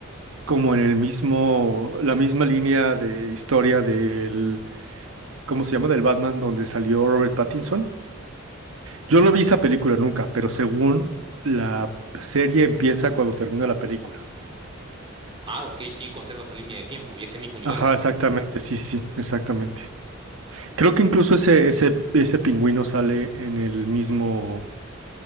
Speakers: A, on the right; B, on the right.
A: como en el mismo, la misma línea de historia del, ¿cómo se llama? Del Batman donde salió Robert Pattinson. Yo no vi esa película nunca, pero según la serie empieza cuando termina la película.
B: Ah, ok, sí, conserva esa línea de tiempo y ese mismo universo.
A: Ajá, exactamente, sí, sí, exactamente. Creo que incluso ese, ese, ese pingüino sale en el mismo,